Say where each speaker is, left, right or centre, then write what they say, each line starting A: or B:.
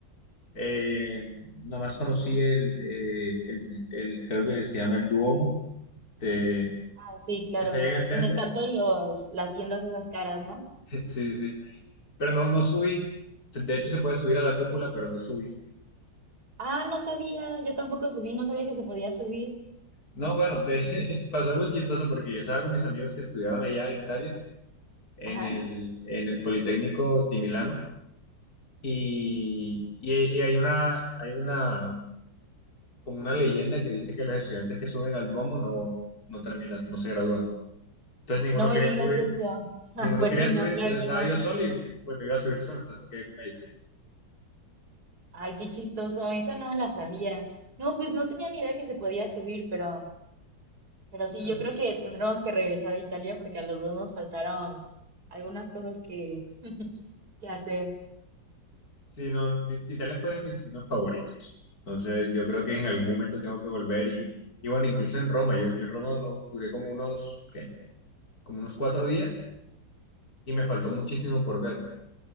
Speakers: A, on the left; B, on the right.
A: Eh, nomás conocí el, eh, el, el- creo que se llama el Duomo, de,
B: Ah, sí, claro.
A: es allá en el centro.
B: Donde están todos los, las tiendas de esas caras, ¿no?
A: <laughs> Sí, sí. Pero no, no subí. De hecho, se puede subir a la cúpula, pero no subí.
B: Ah, no sabía, yo tampoco subí, no sabía que se podía subir.
A: No, bueno, de- <laughs> pasó algo chistoso porque yo estaba con mis amigos que estudiaban allá en Italia, en
B: Ajá,
A: el, en el Politécnico di Milano, y, y, y hay una, hay una, como una leyenda que dice que los estudiantes que suben al Duomo no, no terminan, no se gradúan. Entonces ninguno
B: no me
A: quería
B: digas
A: subir.
B: eso. <laughs>
A: ninguno
B: Pues
A: quería
B: sí,
A: subir,
B: no,
A: entonces
B: claro que
A: estaba
B: no.
A: yo solo y pues me iba a subir solo, entonces me quedé con ellos.
B: Ay, qué chistoso, esa no me la sabía. No, pues no tenía ni idea que se podía subir, pero, pero sí,
A: <clears throat>
B: yo creo que tendremos que regresar a Italia porque a los dos nos faltaron algunas cosas que, que hacer.
A: Sí, no, I- Italia fue de mis destinos favoritos. Entonces yo creo que en algún momento tengo que volver y, y bueno, incluso en Roma, yo, yo en Roma no- duré como unos, ¿qué? Como unos cuatro días y me faltó muchísimo por ver.